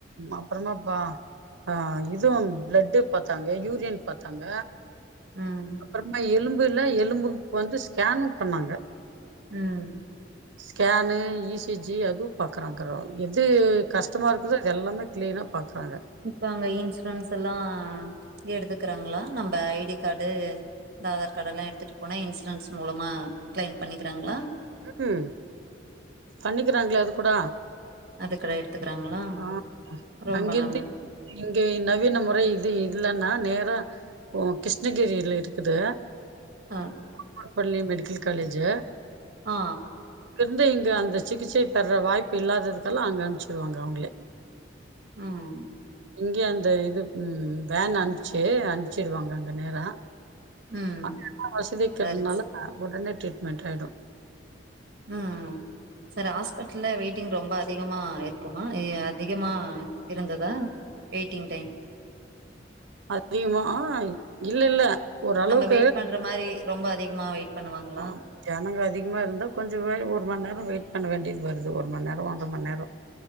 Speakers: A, on the right; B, on the right.
A: அப்புறமா பா ஆஹ் இதுவு பிளட்டு பாத்தாங்க யூரின் பாத்தாங்க
B: ம்,
A: அப்புறமா எலும்பு எலும்புல எலும்புக்கு வந்து ஸ்கேன்னு பண்ணாங்க
B: உம்
A: ஸ்கேனு இசிஜி அதுவு பாக்குறாங்கிறோ எது கஷ்டமா இருக்குதோ எல்லாமே கிளீனா பாக்குறாங்க
B: இப்ப அங்க இன்சூரன்ஸ் எல்லா எடுத்துக்கிறாங்களா நம்ம ஐடி கார்டு இந்த ஆதார் கார்டு எல்லா எடுத்துகிட்டு போனா இன்சூரன்ஸ் மூலமா கிளைம் பண்ணிக்கிறாங்களா
A: ம் பண்ணிக்கிறாங்களே அது கூட
B: அதுக்கட எடுத்துக்கிறாங்களா
A: ஆ
B: ரொம்ப
A: அங்கேந்து
B: நல்லது
A: இங்கே நவீன முறை இது இல்லன்னா நேரா ஓ கிருஷ்ணகிரில இருக்குது
B: ஆ
A: <unintelligible> மெடிக்கல் காலேஜா
B: ஆ
A: இருந்து இங்க அந்த சிகிச்சை பெற வாய்ப்பு இல்லாததுக்கெல்லா அங்க அனுப்பிச்சிருவாங்க அவுங்களே
B: ம்
A: இங்கயே அந்த இது வேன் அனுப்பிச்சு அனுப்பிச்சிடுவாங்க அங்க நேரா
B: ம்
A: ஆனாலு வசதிக்கிறதுனால
B: சரி சரி
A: உடனே ட்ரீட் மென்டலாயிடு
B: ம் செரி ஹாஸ்பிட்டல்ல வெயிட் ரொம்ப அதிகமா இருக்குமா அதிகமா இருந்ததா வெயிட்டிங் டைம்
A: அதிகமா அ இல்ல இல்ல ஓரளவுக்கு
B: நம்ம வெயிட் பண்ற மாரி ரொம்ப அதிகமா வெயிட் பண்ணுவாங்களா
A: ஆ ஜனங்க அதிகமா இருந்தா கொஞ்ச மாரி ஒரு மண் நேரோ வெயிட் பண்ண வேண்டியது வருத் அது ஒரு மண் நேரோ ஒன்ற மண் நேரோ